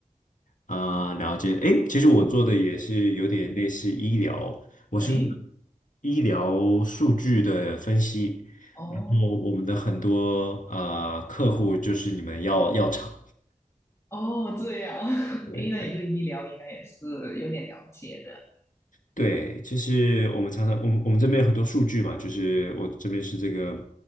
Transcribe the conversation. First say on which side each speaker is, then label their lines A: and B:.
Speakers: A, on the left; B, on the left.
A: 啊、了解。诶，其实我做的也是有点类似医疗，我是
B: 诶，
A: 医疗数据的分析，
B: 哦
A: 然后我们的很多啊客户就是你们药药厂。
B: 哦，这样，<laughs>
A: 对对。
B: 诶，那你对医疗应该也是有点了解的。
A: 对，就是我们常常，我们我们这边有很多数据嘛，就是我这边是这个